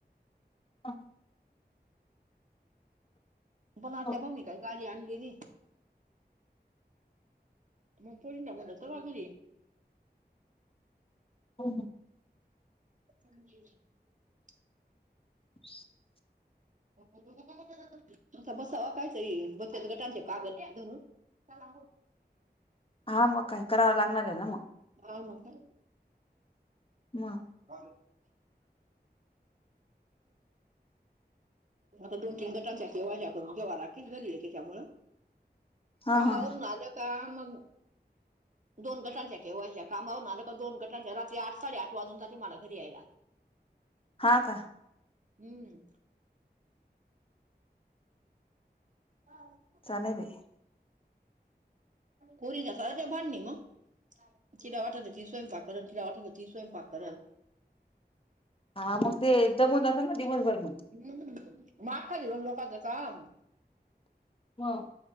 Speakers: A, on the left; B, on the right.
A: हां.
B: पण त्या्या
A: हो
B: पाऊ नि काय गाडी आणनलीली मग पंद म्हण घरी
A: हो
B: पण ह्
A: <unintelligible>
B: <unintelligible> तुचा बसावा काय तरी बचत गटांचे कागद धरून त्याला
A: हा मग काय करावं लागणार आहे ना मग
B: आम का
A: म
B: <unintelligible> आता दोन तीन गटांच्या केवाज्या करून जेव्हा राखेील झारीलीय त्याच्यामु
A: हा
B: कामावरून
A: हा
B: आ ग दोन गटांच्या केव्हा कामावरणार दोन गटांच्या रात्री आठ साडे आठ वाजून ज मला घरी यायला
A: हा का
B: हम्म ह
A: चाले भ
B: पुरी घसा ते भांडणी मग तिला वाटतं ती स्वयंपाककरण तिला वाटतं ती स्वयंपाककरण
A: हा मग ते एकदमन सां का दिवसभर
B: ह माग खा दिव लोकांचं काम
A: मग